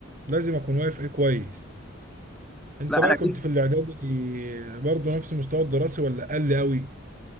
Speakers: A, on the right; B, in the centre.
A: لازم اكون واقف ايه كويس انت
B: لا
A: بقى
B: انا جيت
A: كنت في الاعدادي آه، برضه نفس المستوى الدراسي ولا اقل قوي